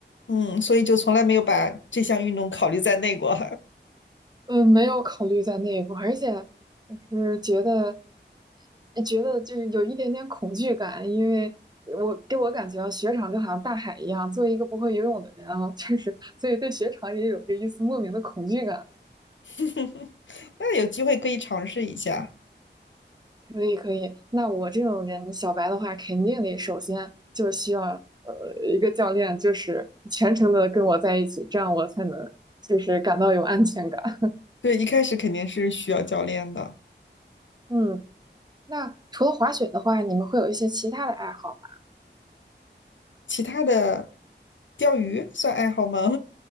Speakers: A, on the left; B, on the right.
A: 嗯，所以就从来没有把这项运动考虑在内过。
B: 嗯，没有考虑在内部，而且就是觉得哎觉得就是有一点点恐惧感，因为我给我感觉啊雪场就好像大海一样，作为一个不会游泳的人啊，<laughs> 确实，所以对雪场也有着一丝莫名的恐惧感。
A: <laughs> 那有机会可以尝试一下。
B: 可以可以，那我这种人小白的话，肯定得首先就需要呃一个教练，就是全程的跟我在一起，这样我才能就是感到有安全感。
A: 对，一开始肯定是需要教练的。
B: <laughs> 嗯，那除了滑雪的话，你们会有一些其他的爱好吗？
A: 其他的，钓鱼算爱好吗？